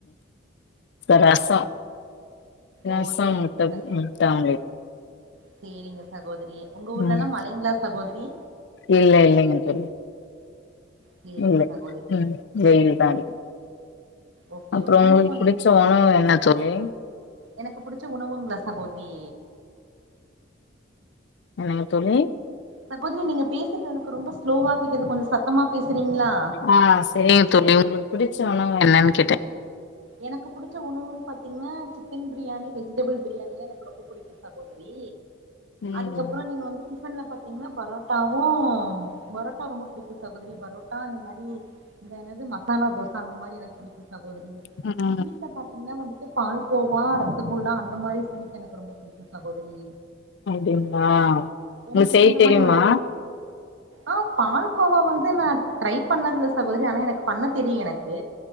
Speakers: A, on the left; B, on the right.
A: ரசோ ரசோ
B: ஓ சேரி
A: வச்சு
B: சக
A: முட்ட ஆம <unintelligible> லே
B: சேரிங்க சகோதரி உங்க ஊர்ல
A: ம்
B: எல்லா மழைங்களா சகோதரி
A: இல்ல இல்லைங்க தோழி
B: சேரிங்க
A: இல்ல
B: சகோதரிங்க
A: உம் வெயில் தா அடிக்கு
B: ஓகே
A: அப்றோ
B: ஓகே நீங்க
A: உங்களுக்கு
B: கொஞ்
A: புடிச்ச உணவு என்ன தோழி
B: எனக்கு புடிச்ச உணவுங்களா சகோதரி
A: என்னங்க தோழி
B: சகோதரி நீங்க பேசுறது எனக்கு ரொம்ப ஸ்லோவா கேக்குது கொஞ்சோ சத்தமா பேசுறீங்களா
A: ஆ சரிங்க தோழி உங்களுக்கு பிடிச்ச உணவு என்னன்னு கேட்டே
B: எனக்கு பிடிச்ச உணவுன்னு பாத்தீங்கன்னா chicken biryani veg vegetable biryani தா எனக்கு ரொம்ப புடிக்கும் சகோதரி
A: ம்
B: அதுக்கப்றோ நீங்க வந்து டிஃபன்ல பாத் தீங்கன்னா பரோட்டாவும் பரோட்டா ரொம்ப புடிக்கும் சகோதரி பரோட்டா இந்த மாரி இந்த என்னது மசாலா தோச அந்த மாரி எனக்கு புடிக்கு சகோதரி
A: ம் ம்
B: ஸ்வீட்ல பாத்தீங்கன்னா வந்துட்டு பால்கோவா ரசகுல்லா அந்த மாதிரி ஸ்வீட் எனக்கு ரொம்ப புடிக்கும் சகோதரி
A: அப்டிங்களா
B: உங்களுக்கு
A: நீ செய்
B: எந்த
A: தெரியுமா
B: மாரி உணவு ஆ பாலகோவா வந்து நா ட்ரை பண்ணதுல சகோதரி ஆனா எனக்கு பண்ண தெரியு எனக்கு